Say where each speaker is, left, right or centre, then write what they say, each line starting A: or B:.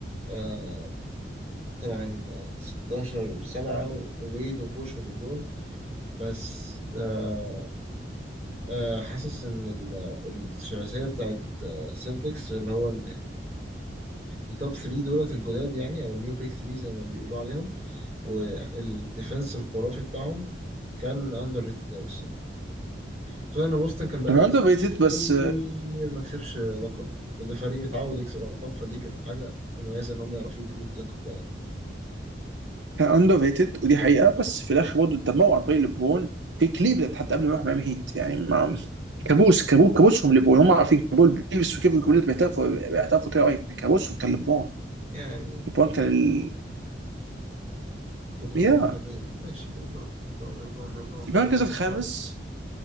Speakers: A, on the right; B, on the right.
A: آه طبعا آه، 16 7 وويد وبوش وليبرون بس آه آه، حاسس ان ال- الثلاثيه السلتكس اللي هو ال- التوب 3 دولت الجداد يعني او النيو بيك 3 زي ما بيقولوا عليهم والديفenس الخرافي بتاعهم كان اندر ريتد قوي الصراحه خصوصا ان بوسطن كان بقاله
B: اندر
A: كتير
B: ريتد بس
A: ما كسبش لقب وده فريق متعود يكسب القاب فدي كانت حاجه مميزه ان هم يعرفوا يجيبوا اللقب ده يعني
B: كان اندر ريتد ودي حقيقه بس في الاخر برضه اتدمروا عن طريق ليبرون في كليفلاند حتى قبل ما يروح ميامي هيت يعني ما كابوس كابوس كابوسهم ليبرون هم عارفين كابول بيرس وكيفن كوليت بيعترفوا بيعترفوا كده قريب إن كابوسهم كان ليبرون
A: يعني
B: ليبرون
A: ليبرون
B: كان ال...
A: ليبرون
B: يا
A: جميل ماشي ليبرون ليبرون ليبرون ليبرون ليبرون
B: المركز
A: ليبرون
B: الخامس